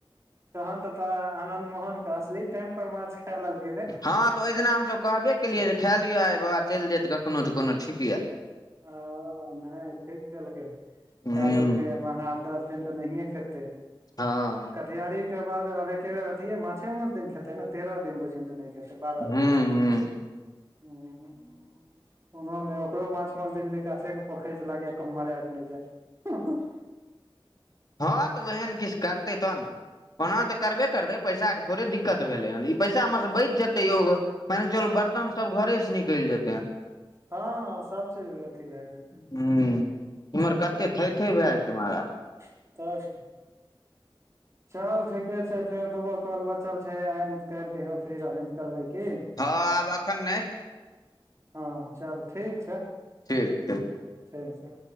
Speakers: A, on the right (about 30°); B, on the left (about 45°).
A: तहन तऽ तोरा आनद मोहन कऽ असली टाइम पर माछ खै लेलक
B: हँ तऽ ओइ दिना हमसभ कहबे केलियै जे खाए लिअ आइ बाबा चैल देत कखनोहु तऽ कोनो ठीक यऽ
A: <unintelligible> नहि ठीक केलकै खै
B: हूँ
A: लेलकै ओना अब दस दिन तऽ नहि खेते
B: हँ
A: कटयारी केँ बाद आब एके बेेर अथे माछे मांस दिन खेते न तेरह दिन बुझ तऽ नै खेते बारह दिन
B: हूँ हूँ
A: <inaudible> कोनो न ओकरो <unintelligible>
B: हँ तऽ ओहन किछ करतै तऽ नऽ ओना तऽ करबे करतै पैसा कऽ थोड़े दिक्कत भेलै हन ई पैसा मऽ स बच जेतै योग मान कऽ चल बर्तन सब घरे से निकइल जेतै
A: हँ सबचीज अथी भै जेतै
B: हू उम्हर कते थै थै भै जेतै महराज
A: <unintelligible> चल ठीके छै फेर दुगो कॉल बचल छै आइ नै तऽ काइल कहियो फ्री रहब तऽ करबै की
B: हँ आब एखन नै
A: हँ चल ठीक छै
B: ठीक ठीक
A: ठीक छै